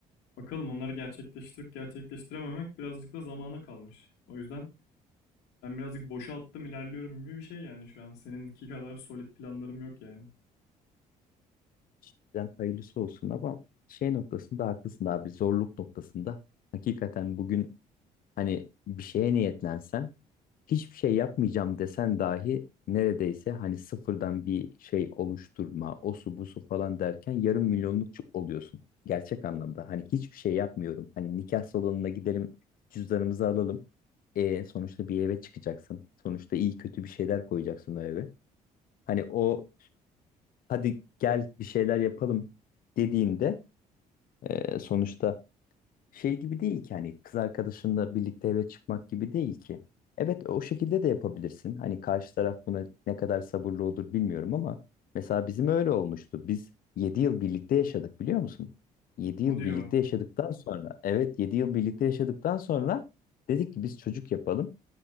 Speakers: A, on the left (about 80°); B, on the left (about 65°).
A: Bakalım onları gerçekleştirip gerçekleştirememek birazcık da zamana kalmış. O yüzden ben birazcık boşa attım ilerliyorum gibi bir şey yani şu an. Seninki kadar solid planlarım yok yani.
B: Şimdiden hayırlısı olsun ama şey noktasında haklısın abi zorluk noktasında hakikaten bugün hani bir şeye niyetlensen hiçbir şey yapmayacağım desen dahi neredeyse hani sıfırdan bir şey oluşturma o su bu su falan derken yarım milyonluk çu- oluyorsun. Gerçek anlamda hani hiçbir şey yapmıyorum. Hani nikah salonuna gidelim cüzdanımızı alalım. E, sonuçta bir eve çıkacaksın. Sonuçta iyi kötü bir şeyler koyacaksın o eve. Hani o hadi gel bir şeyler yapalım dediğimde e, sonuçta şey gibi değil ki hani kız arkadaşınla birlikte eve çıkmak gibi değil ki. Evet o şekilde de yapabilirsin. Hani karşı taraf buna ne kadar sabırlı olur bilmiyorum ama mesela bizim öyle olmuştu. Biz 7 yıl birlikte yaşadık biliyor musun? 7
A: O
B: yıl
A: diyor.
B: birlikte yaşadıktan sonra evet 7 yıl birlikte yaşadıktan sonra dedik ki biz çocuk yapalım.